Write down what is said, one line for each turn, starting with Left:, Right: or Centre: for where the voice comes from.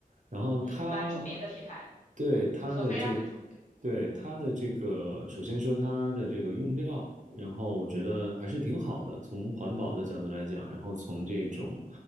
Right: 然后它
Left: 嗯，蛮著名的品牌，
Right: 对它的这
Left: 索菲亚很出名，
Right: 对，它的这个，首先说它的这个用料，然后我觉得还是挺好的，从环保的角度来讲，然后从这种，